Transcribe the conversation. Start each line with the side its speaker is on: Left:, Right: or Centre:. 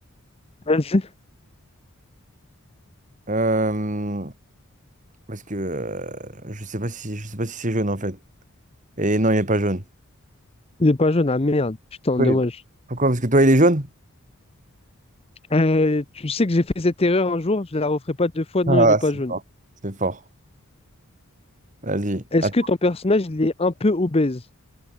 Left: Vas-y.
Right: Euh, parce que euh, je sais pas si, je sais pas si c'est jaune en fait. Et non, il est pas jaune.
Left: Il est pas jaune, ah merde, putain,
Right: Oui.
Left: dommage.
Right: Pourquoi? Parce que toi, il est jaune?
Left: Euh, tu sais que j'ai fait cette erreur un jour, je la referai pas deux fois, non,
Right: Ah,
Left: il est pas
Right: c'est
Left: jaune.
Right: fort. C'est fort. Vas-y.
Left: Est-ce
Right: Attends.
Left: que ton personnage, il est un peu obèse?